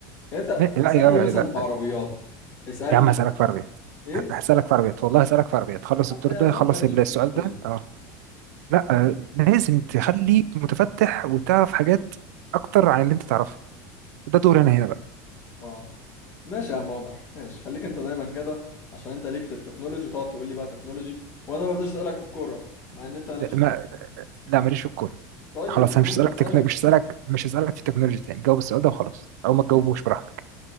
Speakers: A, on the left; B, on the right.
A: يعني انت
B: لا
A: اسألني
B: يا
A: مثلا
B: لا
A: في عربيات اسألني
B: يا عم هسألك في عربيات
A: ايه
B: هسألك في عربيات والله هسألك في عربيات خلص
A: آه،
B: الدور
A: يا
B: ده
A: عشان
B: خلص
A: ماليش
B: السؤال
A: في التكنولوجيا
B: ده اه لا آه، لازم تخليك متفتح وتعرف حاجات أكتر عن اللي أنت تعرفها ده دور أنا هنا
A: اه ماشي يا عم عمر ماشي خليك انت دايما كده عشان انت ليك في التكنولوجي تقعد تقول لي بقى تكنولوجي وانا ما رضيتش اسألك في الكورة مع ان انت مالكش
B: بقى
A: في الكورة
B: لا ماليش في الكورة
A: طيب
B: خلاص
A: أنا
B: انا
A: ممكن
B: مش هسألك
A: اسألك
B: تكنو... مش هسألك مش هسألك في تكنولوجي تاني جاوب السؤال ده وخلاص او ما
A: أوكي.
B: تجاوبوش براحتك